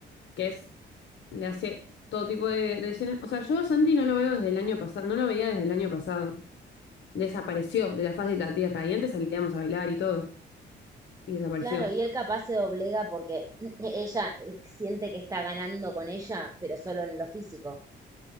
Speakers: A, on the left; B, on the right.
A: que es, le hace todo tipo de, de escenas. O sea, yo a Santi no lo veo desde el año pasado, no lo veía desde el año pasado. Desapareció de la faz de la tierra y antes salíamos a bailar y todo. Y desapareció.
B: Claro, y él capaz se doblega porque <clears throat> ella eh, siente que está ganando con ella, pero solo en lo físico.